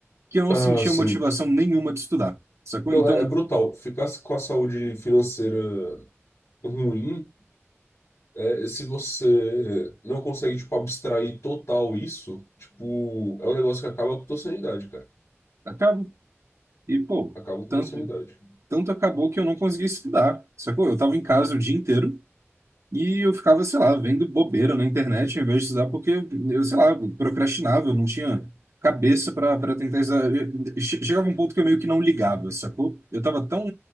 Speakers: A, on the right; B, on the left.
A: que eu não
B: Ah,
A: sentia
B: sim.
A: motivação nenhuma de estudar, sacou?
B: Não,
A: Então,
B: é, é brutal. Ficar com a saúde financeira ruim, é, se você não consegue, tipo, abstrair total isso, tipo, é um negócio que acaba com a tua sanidade, cara.
A: acaba. E, pô,
B: Acaba com
A: tanto,
B: a tua sanidade.
A: tanto acabou que eu não consegui estudar, sacou? Eu tava em casa o dia inteiro. E eu ficava, sei lá, vendo bobeira na internet em vez de estudar, porque eu, sei lá, procrastinava, eu não tinha cabeça para para tentar estudar. Eu- che- Chegava um ponto que eu meio que não ligava, sacou? Eu tava tão,